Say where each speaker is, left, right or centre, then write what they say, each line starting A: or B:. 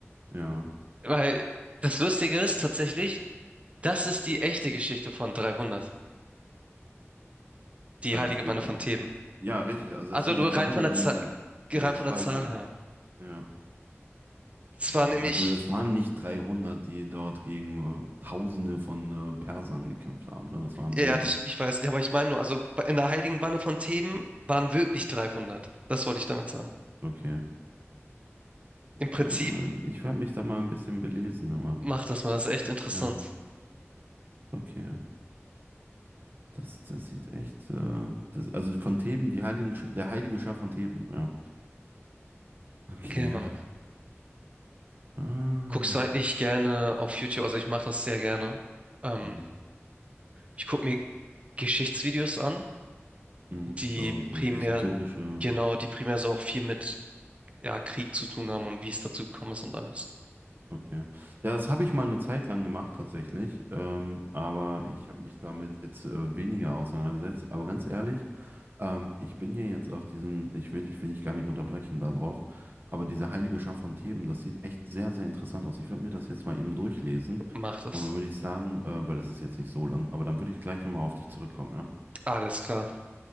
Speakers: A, on the right; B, on the right.
A: Ja,
B: Weil das Lustige ist tatsächlich, das ist die echte Geschichte von 300, die
A: also
B: heilige
A: die
B: Bande von Theben.
A: Ja, richtig. Also
B: Also
A: das sind
B: nur
A: die 300,
B: rein von der
A: die
B: Zahl,
A: in der,
B: rein
A: in der Spalte.
B: von der Zahl her.
A: Ja.
B: Es
A: Ah,
B: war nämlich,
A: Also das waren nicht 300, die dort gegen äh, Tausende von äh, Persern gekämpft haben. Ne? Das waren
B: ja,
A: mehr.
B: ja, das, ich weiß, ja, aber ich meine nur, also bei- in der heiligen Bande von Theben waren wirklich 300. Das wollte ich damit sagen.
A: Okay.
B: Im Prinzip
A: Äh, ich werde mich da mal ein bisschen belesen. Aber.
B: macht das mal, das ist echt interessant.
A: Ja, okay. Das, das sieht echt. Äh, das, also von Theben, die Heiligen, Sch- der heilige Schar von Theben. Ja. Okay.
B: Genau.
A: Ah.
B: Guckst du eigentlich gerne auf YouTube? Also ich mache das sehr gerne. Ähm,
A: Mhm.
B: Ich gucke mir Geschichtsvideos an,
A: Mhm.
B: die
A: So, so
B: primär,
A: historische.
B: genau, die primär so auch viel mit ja, Krieg zu tun haben und wie es dazu gekommen ist und alles.
A: Okay. Ja, das habe ich mal eine Zeit lang gemacht tatsächlich, ähm, aber ich habe mich damit jetzt äh, weniger auseinandergesetzt. Aber ganz ehrlich, ähm, ich bin hier jetzt auf diesen, ich will, ich will dich gar nicht unterbrechen darauf, aber diese heilige Schar von Themen, das sieht echt sehr, sehr interessant aus. Ich würde mir das jetzt mal eben durchlesen
B: Mach das.
A: und dann würde ich sagen, äh, weil das ist jetzt nicht so lang, aber dann würde ich gleich nochmal auf dich zurückkommen, ja?
B: Alles klar.